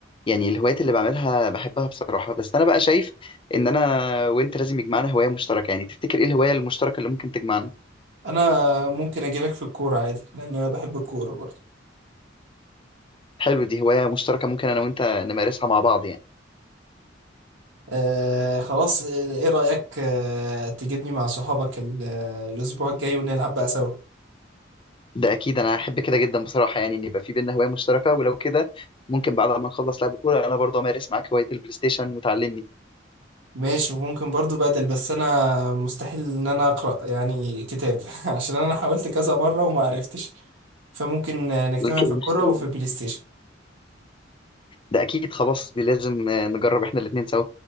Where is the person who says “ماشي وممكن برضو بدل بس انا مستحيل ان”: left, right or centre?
Right